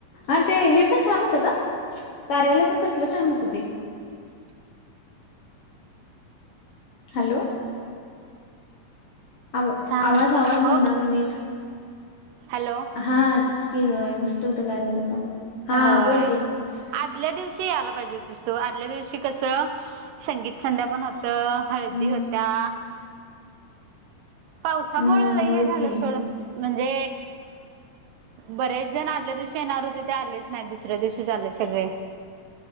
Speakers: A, on the left; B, on the right.
A: आणि ते हे पण छान होतं का कार्यालय पण कसलं चाल होतं ते हॅलो आ
B: छान
A: आवाज आवाज
B: हो
A: घे ना नेट
B: हॅलो
A: हा तेचकी होय मस्त होतं कार्यालय पण, हा
B: होय
A: बोल की.
B: आदल्या दिवशी यायला पाहिजे होतीस तू आदल्या दिवशी कसं संगीत संध्या पण हो तर हळदी
A: हम्म
B: होत्या पावसामुं
A: हम्म
B: ल हे
A: होय
B: झालं
A: की.
B: सोड म्हणजे बरेच जण आदल्या दिवशी येणार होते ते आलेच नाही दुसऱ्या दिवशीच आले सगळे